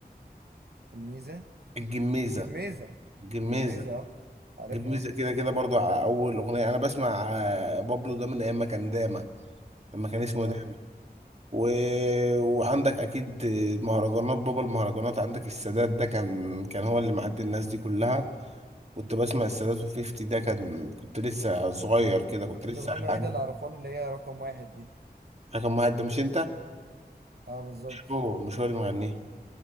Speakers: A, on the right; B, on the right.
A: الميزه
B: الجميزة
A: جميزة
B: الجميزة
A: جميزة اه عارفها
B: جميزة كده كده برضو على أول أغنية أنا بسمع آه، بابلو ده من أيام ما كان داما لما كان اسمه
A: اه
B: داما و... وعندك أكيد المهرجانات بابا المهرجانات عندك السادات ده كان كان هو اللي معدي الناس دي كلها كنت بسمع السادات وفيفتي ده كان كنت لسه صغير كده كنت
A: اه الأغنية
B: لسه
A: الوحيدة
B: حاجة
A: اللي أعرفها له اللي هي رقم واحد دي
B: حاجة مهد ده مش أنت؟
A: اه بالظبط
B: مش هو مش هو اللي مغنيه